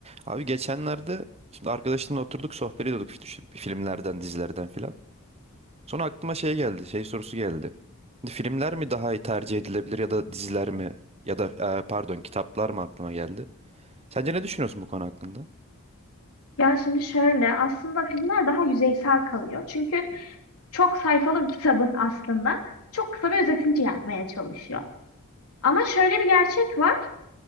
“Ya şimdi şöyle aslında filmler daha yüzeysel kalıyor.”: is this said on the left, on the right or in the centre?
Left